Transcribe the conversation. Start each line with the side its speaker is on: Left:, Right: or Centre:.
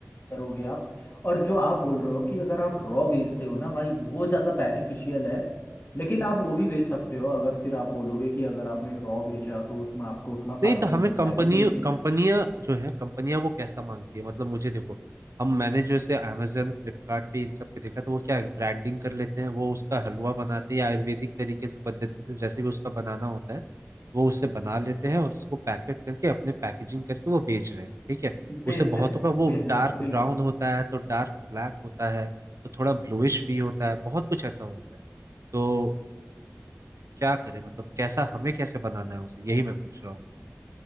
Left: करोगे आप और जो आप
Right: हाँ
Left: बोल रहे हो कि अगर आप रॉ बेचते हो ना भाई वो ज़्यादा बेनिफिशियल
Right: हाँ
Left: है लेकिन आप वो भी बेच सकते हो अगर फिर आप बोलोगे कि अगर आपने रॉ बेचा तो उसमें आपको उतना फायदा
Right: नहीं तो हमें
Left: नहीं हो
Right: कंपनी
Left: पाएगा जो
Right: कंपनियां जो है कंपनियां वो कैसा मांगती है मतलब मुझे देखो हम मैंने जो ऐसे amazon फ्लिपकार्ट पे इन सब पे देखा तो वो क्या है ब्रांडिंग कर लेते हैं वो उसका हलवा बनाते हैं या आयुर्वेदिक तरीके से पद्धति से जैसे भी उसका बनाना होता है वो उसे बना लेते हैं और उसको पैकेट करके अपने पैकेजिंग करके वो बेच रहे हैं ठीक है
Left: बेच
Right: उसे
Left: देते
Right: बहुतों
Left: हैं
Right: का वो
Left: बेच देते
Right: डार्क
Left: हैं बिल्कुल
Right: ब्राउन होता है तो डार्क ब्लैक होता है तो थोड़ा ब्लूइश भी होता है बहुत कुछ ऐसा होता है तो क्या करें मतलब कैसा हमें कैसे बनाना है उसे यही मैं पूछ रहा